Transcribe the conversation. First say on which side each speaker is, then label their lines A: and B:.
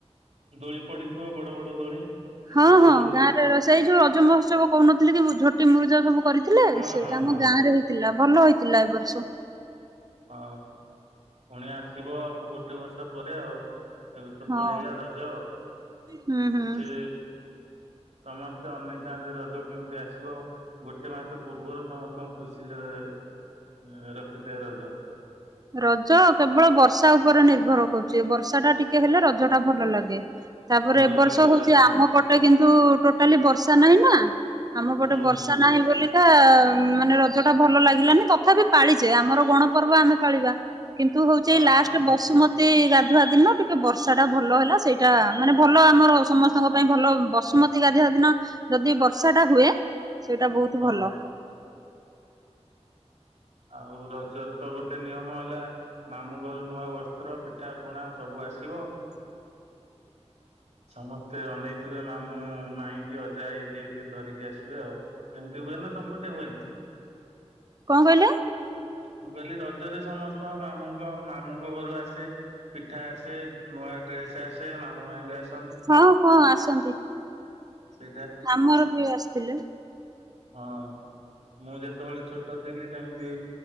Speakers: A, on the right; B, on the right.
A: ଦୋଳି ପଡିଥିବ ବଡ ବଡ ଦୋଳି। କି
B: ହଁ
A: ଛୋଟ
B: ହଁ
A: ଦୋଳି?
B: ଗାଁରେ ସେଇ ଯଉ ରଜ ମହୋତ୍ସବ କହୁନଥିଲି କି ଝୋଟି ମୁରୁଜ ସବୁ କରି ଥିଲେ
A: ହଁ
B: ସେଇଟା
A: ହଁ
B: ଆମ
A: ହଁ
B: ଗାଁ
A: ହଁ
B: ରେ ହେଇଥିଲା ଭଲ ହେଇଥିଲା ଏ ବର୍ଷ।
A: ହଁ ପୁଣି ଆସିବ ଆଉ ଗୋଟେ ବର୍ଷ ପରେ ଆଉ। ଏବେ ତ
B: ହଁ
A: ପଳେଇଲା ରଜ
B: ହୁଁ ହୁଁ।
A: କିଛି ସମସ୍ତେ ଅନେଇଥାନ୍ତି ରଜ କେମିତି ଆସିବ। ଗୋଟେ ମାସ ପୂର୍ବରୁ ସମସ୍ତଙ୍କୁ ଖୁସିରେ ଏ ରଖିଥାଏ ରଜ।
B: ରଜ କେବଳ ବର୍ଷା ଉପରେ ନିର୍ଭର କରୁଛି ବର୍ଷା ଟା ଟିକେ ହେଲେ ରଜ ଟା ଭଲ ଲାଗେ। ତାପରେ
A: ଭଲ
B: ଏବ ବର୍ଷ
A: ଲାଗେ
B: ହଉଛି
A: ବାସ
B: ଆମ ପଟେ କିନ୍ତୁ ଟୋଟାଲି ବର୍ଷା ନାହିଁ ନା। ଆମ ପଟେ
A: ହୁଁ
B: ବର୍ଷା
A: ହୁଁ।
B: ନାହିଁ ବୋଲି। ମାନେ ରଜ ଟା ଭଲ ଲାଗିଲାନି ତଥାପି ପାଳିଛେ ଆମର ଗଣପର୍ବ ଆମେ ପାଳିବା। କିନ୍ତୁ ହଉଚିଏଇ
A: ହଁ
B: ଲାଷ୍ଟ
A: ହଁ
B: ବସୁମ ତି ଗାଧୁଆ ଦିନ ଟିକେ ବର୍ଷା ଟା ଭଲ ହେଲା ସେଇଟା ମାନେ ଭଲ ଆମର ସମସ୍ତଙ୍କ ପାଇଁ ଭଲ ବସୁମତୀ ତି ଗାଧୋଇବା ଦିନ ଯଦି ବର୍ଷା ଟା ହୁଏ ସେଇଟା ବହୁତ
A: ହଁ
B: ଭଲ।
A: ଆଉ ରଜରେ ତ ଗୋଟେ ନିୟମ ହେଲା ମାମୁଁ ଘରୁ ନୂଆ ବସ୍ତ୍ର ପିଠା ପଣା ସବୁ ଆସିବ। ସମସ୍ତେ ଅନେଇଥିବେ ମାମୁଁ ମାଇଁକି ଅଜାଆଈ ଯିଏ କି ଧରିକି ଆସିବେ ଆଉ। ଏମିତି ହୁଏନା ତମ ପଟେ ହୁଏନି?
B: କଁ କହିଲେ?
A: ମୁଁ କହିଲି ରଜରେ ସମସ୍ତ ମାମୁଙ୍କ ମାମୁଁଙ୍କ ଘରୁ ଆସେ। ପିଠା ଆସେ ନୂଆ ଡ୍ରେସ୍ ଆସେ ମାମୁଁ ମାଇଁ ବି ଆସ
B: ହଁ -ହଁ ଆସନ୍ତି
A: ସେଇଟା
B: ଆମର ବି ଆସିଥିଲେ।
A: ହଁ ମୁଁ ଯେତେବେଳେ ଛୋଟ ଥିଲି ସେମିତି